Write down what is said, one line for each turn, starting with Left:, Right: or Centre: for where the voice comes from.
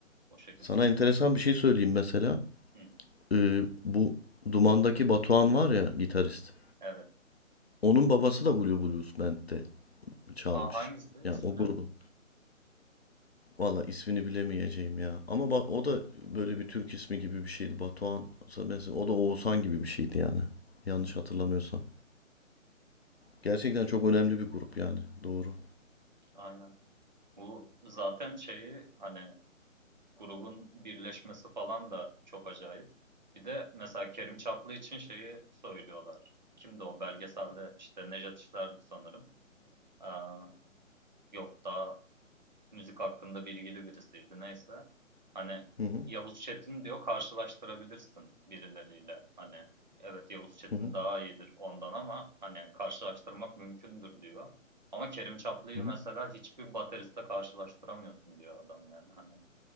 Right: o şekilde
Left: Sana
Right: düşünüyorum.
Left: enteresan bir şey söyleyeyim mesela.
Right: Hı,
Left: Ee, bu Duman'daki Batuhan var ya gitarist.
Right: evet.
Left: Onun babası da Blue Blues Band'de çalmış.
Right: Ha, hangisi?
Left: Yani
Right: İsmi
Left: o
Right: ne?
Left: grubun. Valla ismini bilemeyeceğim ya. Ama ba- o da böyle bir Türk ismi gibi bir şeydi. Batuhan. Mesela o da Oğuzhan gibi bir şeydi yani. Yanlış
Right: Hı,
Left: hatırlamıyorsam. Gerçekten çok önemli bir grup yani. Doğru.
Right: aynen. Bu zaten şeyi hani grubun birleşmesi falan da çok acayip. Bir de mesela Kerim Çaplı için şeyi söylüyorlar. Kimdi o belgeselde? İşte Nejat İşler'di sanırım. Aa, yok daha müzik hakkında bilgili birisiydi neyse. Hani
Left: Hı hı.
Right: Yavuz Çetin diyor karşılaştırabilirsin birileriyle. Hani evet Yavuz Çetin
Left: Hı hı.
Right: daha iyidir ondan ama hani karşılaştırmak mümkündür diyor. Ama Kerim Çaplı'yı
Left: Hı hı.
Right: mesela hiçbir bateristle karşılaştıramıyorsun diyor adam yani hani